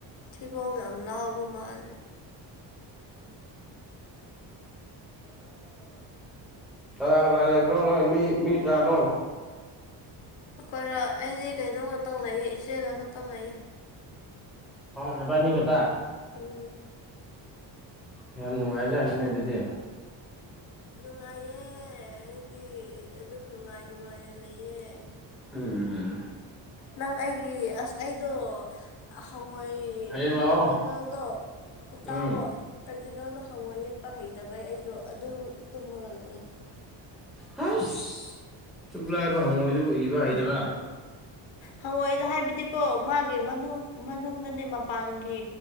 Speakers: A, on the left (about 75°); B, in the centre.
A: ꯊꯤꯕꯣꯡ ꯌꯥꯝ ꯂꯥꯎꯕ ꯃꯥꯜꯂꯦ
B: ꯀꯅꯥ ꯀꯅꯥ ꯂꯩꯕ꯭ꯔꯣ ꯅꯣꯏ ꯃꯤ ꯃꯤ ꯀꯥꯅꯣ
A: ꯈꯣꯏꯔꯣ ꯑꯩꯁꯦ ꯀꯩꯅꯣꯝ ꯈꯛꯇꯪ ꯂꯩꯌꯦ ꯁꯦꯒꯥ ꯈꯠꯇ ꯂ
B: ꯅꯕꯥꯅꯤ ꯈꯛꯇ
A: ꯎꯝ
B: ꯌꯥꯝ ꯅꯨꯡꯉꯥꯏꯖꯅꯤꯅꯦ ꯑꯗꯨꯗꯤ
A: ꯅꯨꯡꯉꯥꯏꯌꯦ ꯑꯩꯗꯤ ꯑꯗꯨꯝ ꯅꯨꯡꯉꯥꯏ ꯅꯨꯡꯉꯥꯏꯅ ꯂꯩꯌꯦ
B: ꯎꯝ
A: ꯅꯪ ꯑꯩꯒꯤ ꯑꯁ ꯑꯩꯗꯣ ꯍꯋꯥꯏ
B: ꯍꯌꯦꯡ ꯂꯥꯛꯑꯣ
A: ꯄ꯭ꯔꯦꯛꯇꯤꯀꯦꯜꯗꯣ
B: ꯎꯝ
A: ꯇꯥꯎꯑꯣꯣ ꯄ꯭ꯔꯦꯛꯇꯤꯀꯦꯜꯗꯣ ꯍꯪꯉꯣ ꯌꯦꯛꯄ ꯍꯩꯇꯕꯩ ꯑꯩꯗꯣ ꯑꯗꯨꯝ ꯇꯨꯝꯃꯒ ꯂꯩꯌꯦ
B: ꯍꯁ ꯁꯨꯛꯂꯥꯏꯕ ꯍꯪꯉꯣꯏꯗꯨꯕꯨ ꯏꯕ ꯍꯩꯇꯕ
A: ꯍꯪꯉꯣꯏꯗ ꯍꯥꯏꯕꯗꯤꯀꯣ ꯃꯥꯒꯤ ꯃꯅꯨꯡ ꯃꯅꯨꯡꯅꯦ ꯃꯄꯥꯟꯒꯤ